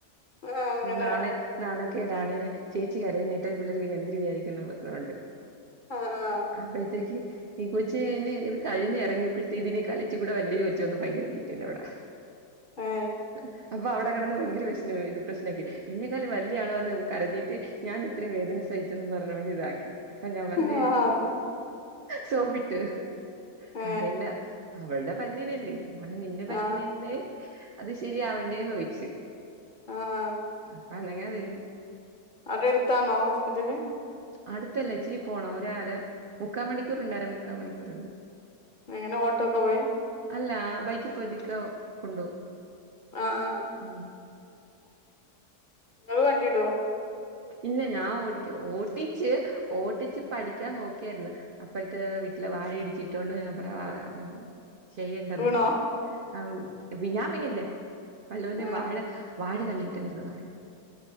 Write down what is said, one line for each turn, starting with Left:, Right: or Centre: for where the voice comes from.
Left: ആ അങ്ങനെ
Right: നാണ നാണക്കേടാണ് ചേച്ചി കരയുന്നത് കേട്ടാൽ ഈ പിള്ളേർ പിന്നെ എന്തിര് വിചാരിക്കുംന്ന് പറഞ്ഞോണ്ട്
Left: ആഹ് ആഹ്
Right: അപ്പഴത്തേക് ഈ കൊച്ച് അയിന് ഇത് കഴിഞ് എറങ്ങിയപ്പഴത്തേന് ഇതിനെകാല് ഇച്ചിരി കൂടെ വലിയൊരു കൊച്ചുവന്ന് ഭയങ്കര നീറ്റലവടെ
Left: ഏ
Right: അപ്പം അപ്പൊ അവിടെ കടന്ന് ഭയങ്കര പ്രശ്നമായി ഇത് പ്രശ്നാക്കി ഇന്നേക്കാളും വലിയ ആൾ വന്ന് കരഞ്ഞിട്ട് ഞാൻ ഇത്രയും വേദന സഹിച്ചെന്നും പറഞ്ഞോണ്ട് ഇതാക്കി അപ്പൊ ഞാൻ പറഞ്ഞ്
Left: ആ അതെ
Right: സോപ്പിട്ട്
Left: ഏ
Right: കരയണ്ട അവളുടെ പല്ലിനല്ലേ? അത് നിന്റെ പല്ലിനല്ലേ
Left: ആ
Right: അത് ശരിയാവണ്ടേന്ന് ചോയിച്ച്
Left: ആഹ്
Right: അപ്പൊ അനങ്ങാതിരുന്ന്
Left: അവിടെ അടുത്താണോ ഹോസ്പിറ്റല്?
Right: അടുത്തല്ല ഇച്ചിരി പോണം ഒര് അര മുക്കാ മണിക്കൂറുണ്ട് അരാ മുക്കാ മണിക്കൂറ്ണ്ട്
Left: എങ്ങനെ ഓട്ടോക്കോ പോയി?
Right: അല്ല ബൈക്ക് പോയത് ഇക്ക കൊണ്ടുപോകും
Left: ആഹ് ആഹ്
Right: ഉം
Left: ഇങ്ങള് വണ്ടി വിടോ?
Right: ഇല്ല ഞാൻ ഓടിക്ക ഓട്ടിച്ച് ഓട്ടിച്ച് പഠിക്കാൻ നോക്കിയായിരുന്നു അപ്പറത്തെ വീട്ടിലെ വാഴ ഇടിച്ചിട്ടോണ്ട് <unintelligible> ചെയ്യണ്ടെന്ന്
Left: വീണോ
Right: പറഞ്ഞു ആഹ് ഞാൻ വീണില്ല വല്ലോന്റെ
Left: ഏ
Right: വാഴ വാഴ തള്ളിയിട്ടതെ ഒള്ളു വാഴ